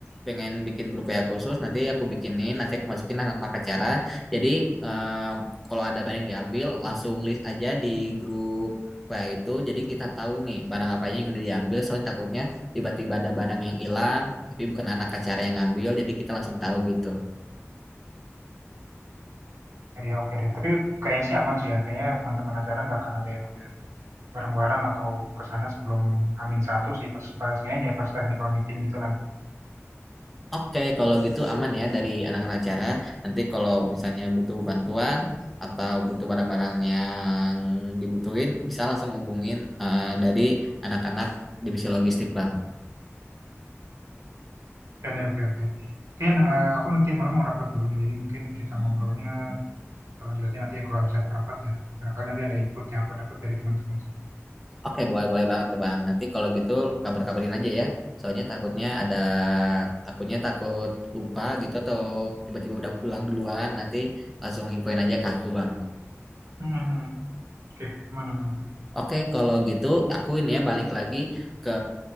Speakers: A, in the centre; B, on the right.
A: pengen bikin grup ya khusus, nanti aku bikinin, nanti aku masukin anak-anak acara. Jadi eh, kalau ada barang yang diambil, langsung list aja di grup WA itu. Jadi kita tahu nih barang apa aja yang udah diambil. Soalnya takutnya tiba-tiba ada barang yang hilang, tapi bukan anak acara yang ngambil. Jadi kita langsung tahu gitu.
B: Ya ya, oke deh. Tapi kayaknya sih aman sih ya. Kayaknya teman-teman acara nggak akan ada yang ngambil barang-barang atau ke sana sebelum Amin satu sih pas-pasnya aja pas technical meeting gitu nanti.
A: Oke, kalau gitu aman ya dari anak acara. Nanti kalau misalnya butuh bantuan atau butuh barang-barang yang dibutuhin, bisa langsung hubungin eh, dari anak-anak divisi logistik, Bang.
B: Oke deh, oke oke. Mungkin eh, aku nanti malam mau rapat dulu nih, jadi mungkin kita ngobrolnya sama jelasnya nanti aku bisa aku rapat ya. Barangkali nanti ada input yang aku dapat dari teman-teman.
A: Oke, boleh boleh banget tuh, Bang. Nanti kalau gitu kabar-kabarin aja ya. Soalnya takutnya ada takutnya takut lupa gitu atau tiba-tiba udah pulang duluan, nanti langsung infoin aja ke aku, Bang.
B: Hmm, hmm. oke, aman, aman, aman.
A: Oke, kalau gitu aku ini ya balik lagi ke